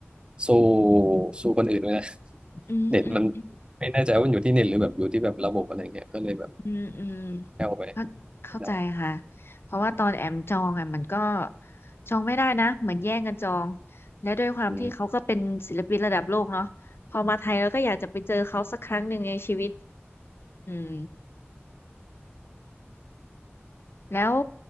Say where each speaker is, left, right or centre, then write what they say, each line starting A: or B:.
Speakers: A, on the right; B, on the left.
A: สู้สู้คนอื่นไม่ได้ <laughs>
B: อืมอืม
A: เน็ตมันไม่แน่ใจว่ามันอยู่ที่เน็ตหรือแบบอยู่ที่แบบระบบอะไรเงี้ยก็เลยแบบ
B: อืมอืม
A: แอวไป
B: เข้าเข้าใจค่ะ
A: ไม่ได้
B: เพราะว่าตอนแอมจองอ่ะมันก็จองไม่ได้นะเหมือนแย่งกันจองและด้วยความที่เขาก็เป็นศิลปินระดับโลกเนาะพอมาไทยแล้วก็อยากจะไปเจอเขาสักครั้งหนึ่งในชีวิต
A: อืม
B: อืม แล้ว